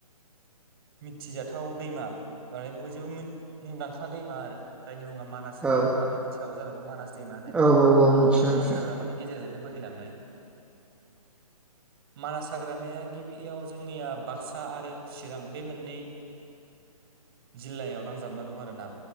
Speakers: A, on the right (about 40°); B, in the centre.
A: मिथिजाथाव दैमा माने बयजोंबो मुंदांखा दैमा आरो जायनि मुङा मानास होनना
B: औ
A: नोंथांथ' मिथिखागौ जानांगौ मानास दैमा होननाय दं
B: औ औ औ मोनथियो मोनथियो
A: मानास हाग्रामानि गेजेरजोंनो बोहैलांनाय मनास हाग्रामाया गिबियाव जोंनिया बागसा आरो चि रां बे मोननै जिल्लायाव नांजाबना दं आरो ना।